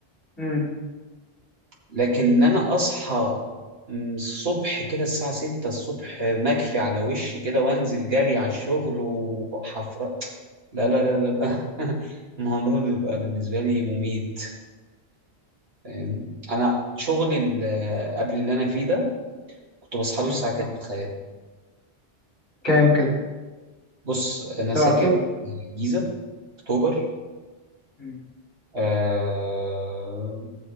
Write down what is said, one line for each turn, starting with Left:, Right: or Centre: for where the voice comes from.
Left: مم.
Right: لكن ان انا اصحى م، الصبح كده الساعه 6 الصبح مكفي على وشي كده وانزل جري على الشغل وحفرة لا لا لا لا لا. <laughs> الموضوع بيبقى بالنسبه لي مميت فاهم؟ انا شغلي ال- قبل اللي انا فيه ده كنت بصحى له
Left: مم.
Right: الساعه كام تخيل
Left: كام كده
Right: بص انا
Left: سبعة
Right: ساكن
Left: الصبح
Right: في الجيزه اكتوبر
Left: مم.
Right: آه،